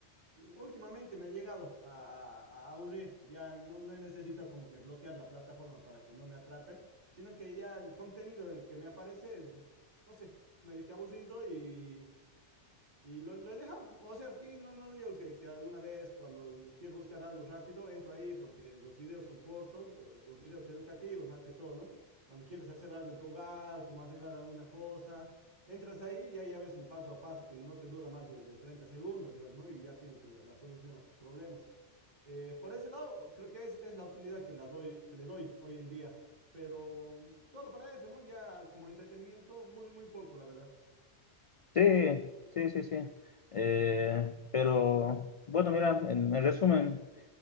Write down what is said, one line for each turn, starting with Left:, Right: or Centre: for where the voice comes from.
Right: últimamente me ha llegado a, a- a aburrir. Ya no, no necesito como que bloquear la plataforma para que no me atrape, sino que ya el contenido en el que me aparece es, no sé, medio que aburrido y y lo, lo he dejado. O sea, sí, no, no digo que, que alguna vez cuando quiero buscar algo rápido, entro ahí porque los videos son cortos, eh, los videos educativos más que todo, ¿no? Cuando quieres hacer algo en tu hogar, como arreglar alguna cosa, entras ahí y ahí ya ves un paso a paso que no te dura más de, de 30 segundos, digamos, ¿no? Y ya tienes la, la solución a tus problemas. Eh, por ese lado, creo que es, es la utilidad que, la doy, que le doy hoy en día, pero solo para eso, ¿no? Ya como entretenimiento, muy, muy poco, la verdad.
Left: Sí, sí, sí, sí. Eh, pero bueno, mira, en, en resumen,